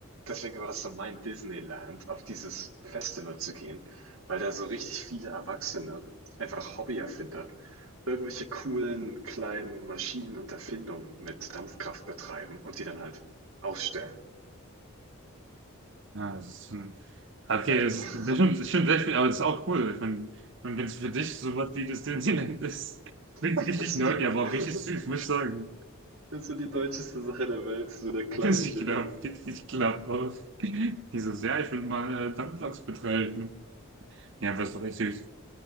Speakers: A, on the right; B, on the right.
A: deswegen war das so mein Disneyland, auf dieses Festival zu gehen, weil da so richtig viele Erwachsene, einfach Hobbyerfinder, irgendwelche coolen kleinen Maschinen und Erfindungen mit Dampfkraft betreiben und die dann halt ausstellen.
B: Ja, das ist schon. Okay, es
A: Also,
B: ist, das ist schon,
A: <laughs>
B: das ist schon sehr viel, aber das ist auch cool. Ich meine, und wenn es für dich sowas wie das Disneyland ist, klingt
A: das
B: richtig
A: ist
B: nerdy,
A: so die,
B: aber auch richtig
A: das ist
B: süß,
A: so
B: muss ich sagen.
A: das ist so die deutscheste Sache der Welt, so der kleine
B: <laughs> Ich
A: Ingenieur.
B: glaube, ich glaube auch. Dieses, ja, ich will mal äh, Dampfloks betreiben. Ja, aber ist doch echt süß.